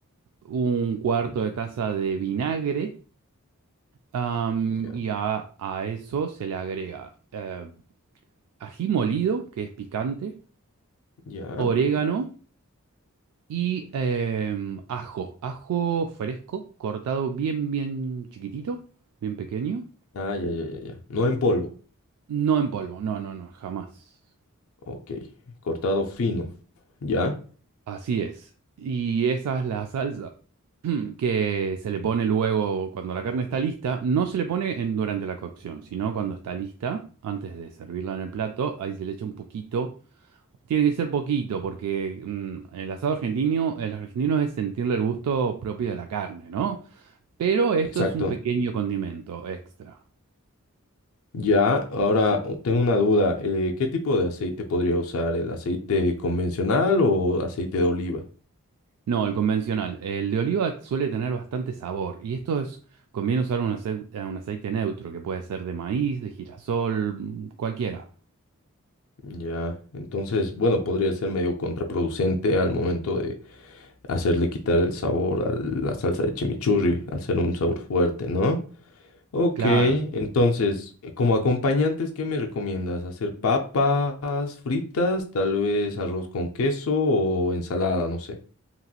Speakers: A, on the right; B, on the left.
A: un cuarto
B: Ok,
A: de taza de vinagre, am,
B: Ya,
A: y a, a eso se le agrega eh, ají molido, que es picante,
B: ya.
A: orégano y em, ajo, ajo fresco, cortado bien, bien chiquitito, bien pequeño,
B: Ah, ya, ya, ya, ya. No en polvo.
A: no en polvo, no, no, no, jamás.
B: Ok, cortado fino. Ya,
A: Así es. Y esa es la salsa. que se le pone luego cuando la carne está lista. No se le pone en- durante la cocción, sino cuando está lista, antes de servirla en el plato, ahí se le echa un poquito. Tiene que ser poquito, porque mm, el asado argentino, el argentino es sentirle el gusto propio de la carne, ¿no? Pero esto
B: exacto.
A: es un pequeño condimento extra.
B: Ya, ahora uh, tengo una duda. eh, ¿qué tipo de aceite podría usar? ¿El aceite convencional o aceite de oliva?
A: No, el convencional. El de oliva suele tener bastante sabor y esto es, conviene usar un aceite, un aceite neutro, que puede ser de maíz, de girasol, mm, cualquiera.
B: Ya, entonces, bueno, podría ser medio contraproducente al momento de hacerle quitar el sabor a la salsa de chimichurri, al ser un sabor fuerte, ¿no? Ok,
A: Claro.
B: entonces, eh, como acompañantes, ¿qué me recomiendas? ¿Hacer papas fritas, tal vez arroz con queso o ensalada? No sé.